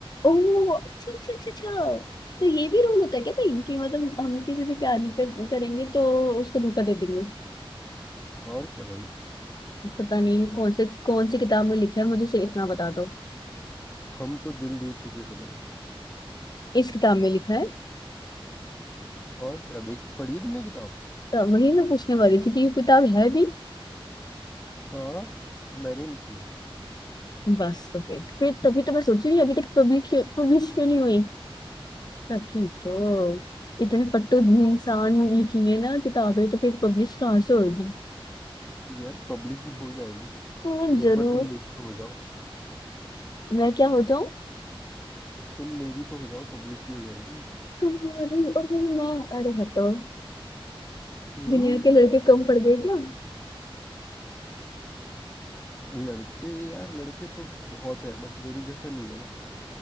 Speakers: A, on the left; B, on the left.
A: ओह अच्छा अच्छा अच्छा अच्छा तो ये भी रोल होता है क्या कहीं कि मतलब हम किसी से प्यार नहीं कर, करेंगे तो उसको धोखा दे देंगे
B: और क्या भाई
A: पता नहीं कौन से कौन सी किताब में लिखा है मुझे सिर्फ इतना बता दो
B: हम तो दिल दे चुके सनम
A: इस किताब में लिखा है
B: और क्या देख पढ़ी है तुमने किताब
A: तो वही मैं पूछने वाली थी कि ये किताब है भी
B: हाँ मैंने लिखी है
A: बस तो फिर फिर तभी तो मैं सोच रही हूँ अभी तक पब्लिश क्यों पब्लिश क्यों नहीं हुई तभी तो इतने फट्टू इंसान लिखेंगे ना किताबें तो फिर पब्लिश कहाँ से होगी
B: यार पब्लिश भी हो जाएगी
A: हाँ, जरूर
B: एक बार तुम मेरी तो हो जाओ
A: मैं क्या हो जाऊं
B: तुम मेरी तो हो जाओ पब्लिश भी हो जाएगी
A: तुम्हारी और फिर मैं अरे हटो
B: हम्म
A: दुनिया के लड़के कम पड़ गए क्या
B: लड़के यार लड़के तो बहुत है बट मेरे जैसा नहीं है ना